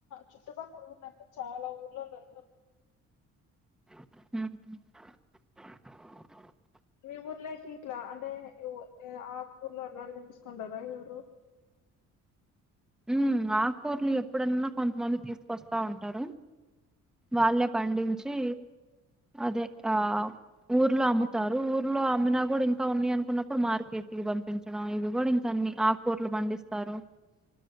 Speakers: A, on the left; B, in the centre.
A: చుట్టుపక్కల ందంటే చాలా ఊర్లలో
B: అ
A: మీ ఊర్లేకి ఇట్లా అంటే ఆ ఊర్లో అలా అడిగ తీసుకోండారా ఇఊరు
B: ఉ ఆకుకూర్లు ఎప్పుడన్నా కొంతమంది తీసుకొస్తా ఉంటారు వాళ్ళే పండించి అదే ఆ ఊర్లో అమ్ముతారు ఊర్లో అమ్మినా కూడా ఇంకా ఉన్నాయి అనుకున్నప్పుడు మార్కెట్కి పంపించడం ఇవి కూడా ఇంక అన్ని ఆకుకూరలు పండిస్తారు